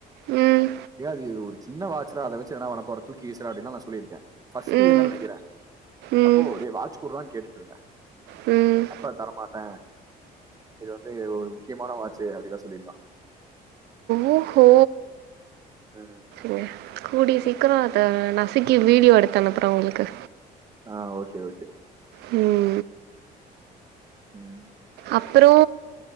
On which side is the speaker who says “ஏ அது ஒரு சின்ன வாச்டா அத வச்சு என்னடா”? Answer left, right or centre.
Right